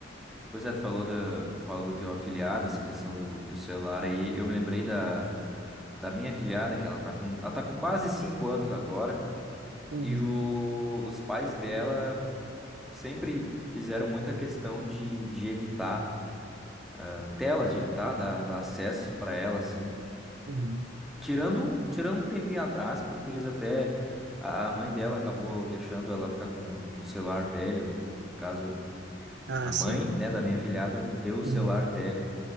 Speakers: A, in the centre; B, on the right.
A: Pois é, tu falou da, falou do teu afiliado, essa questão do, do celular aí. Eu me lembrei da, da minha afiliada, que ela tá com, ela tá com quase 5 anos agora,
B: Uhum,
A: e o- os pais dela sempre fizeram muita questão de, de evitar ah, telas, de evitar dar, dar acesso para ela, assim.
B: uhum.
A: Tirando, um- tirando um tempinho atrás, porque eles até. A a mãe dela acabou deixando ela ficar com, com o celular velho, caso
B: Ah,
A: A mãe,
B: sim.
A: né, da minha filhada deu o
B: Uhum,
A: celular velho